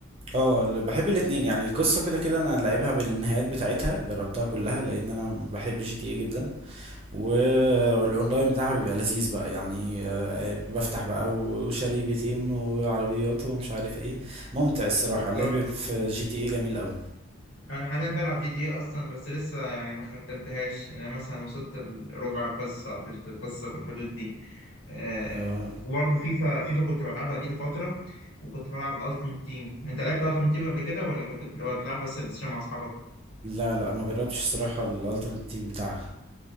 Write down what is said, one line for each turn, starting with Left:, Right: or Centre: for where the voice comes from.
Right: اه ال- بحب الاتنين يعني القصه كده كده انا لعبها بالنهايات بتاعتها جربتها كلها لان انا بحب جي تي اي جدا والاونلاين بتاعها بيبقى لذيذ بقى يعني آه، آه، بفتح بقى وشاري بيتين وعربيات ومش عارف ايه ممتع الصراحه
Left: بالظبط
Right: اللعب في جي تي اي جميل قوي
Left: انا حاليا بلعب جي تي اي اصلا بس لسه يعني ما ختمتهاش يعني انا مثلا وصلت ربع القصة تلت القصة في الحدود دي آه،
Right: آه
Left: وبرضه فيفا فيفا كنت بلعبها دي لفترة وكنت بلعب الالتيميت تيم انت لعبت الالتيميت تيم قبل كده ولا كنت بتلعب بس بس مع اصحابك
Right: لا لا ما جربتش الصراحه الالتيميت تيم بتاعها